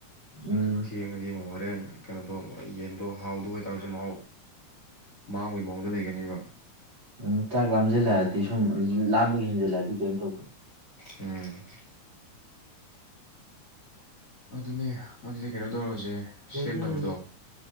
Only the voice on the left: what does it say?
ꯊꯦꯡꯉꯗꯤ ꯑꯃꯨꯛ ꯍꯣꯔꯦꯟ ꯀꯩꯅꯣꯗꯣ ꯌꯦꯟꯗꯣ ꯍꯥꯎꯗ ꯑꯣꯏꯇꯥꯔꯁꯨ ꯃꯍꯥꯎ ꯃꯥꯡꯕꯒꯤ ꯃꯑꯣꯡꯗ ꯂꯩꯒꯅꯦꯕ
ꯎꯝ ꯑꯗꯨꯅꯦ ꯑꯗꯨꯗꯤ ꯀꯩꯅꯣ ꯇꯧꯔꯁꯦ ꯁꯦꯝꯗꯕꯗꯣ